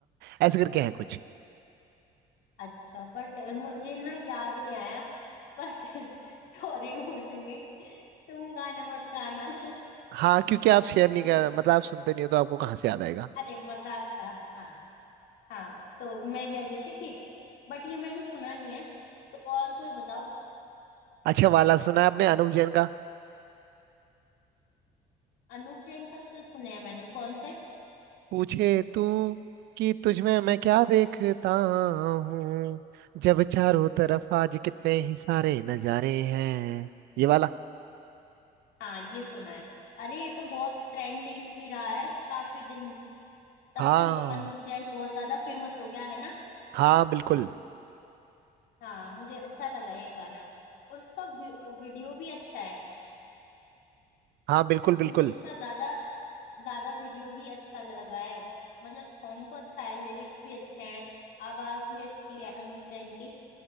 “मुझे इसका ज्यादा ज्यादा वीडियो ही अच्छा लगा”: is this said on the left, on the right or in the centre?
Left